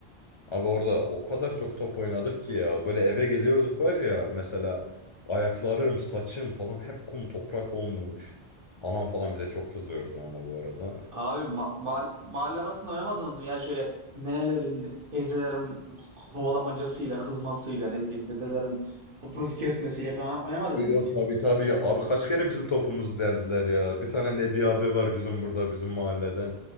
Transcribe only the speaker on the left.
Abi orada o kadar çok top oynadık ki ya. Böyle eve geliyorduk var ya mesela ayaklarım, saçım falan hep kum toprak olmuş. Anam falan bize çok kızıyordu ama bu arada.
Yo
tabii tabii. Abi kaç kere bizim topumuzu deldiler ya. Bir tane Nebi abi var bizim burada bizim mahallede.